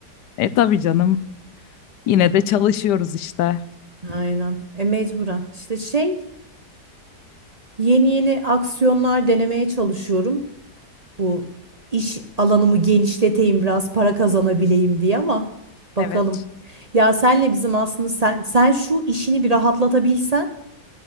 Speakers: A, on the left; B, on the right.
A: E tabii canım, yine de çalışıyoruz işte.
B: Aynen. E mecburen. İşte şey yeni yeni aksiyonlar denemeye çalışıyorum. bu iş alanımı genişleteyim biraz para kazanabileyim diye ama bakalım.
A: Evet.
B: Ya senle bizim aslında sen sen şu işini bir rahatlatabilsen